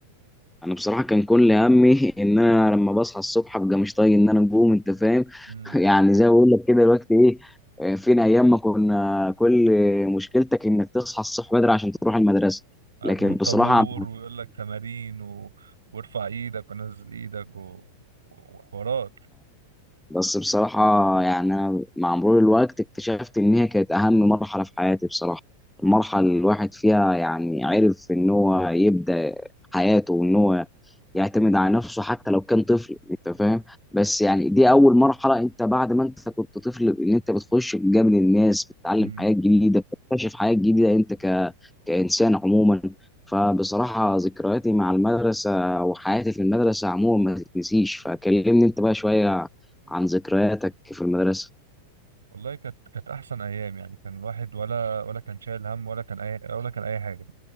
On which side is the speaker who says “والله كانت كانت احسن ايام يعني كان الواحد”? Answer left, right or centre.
Right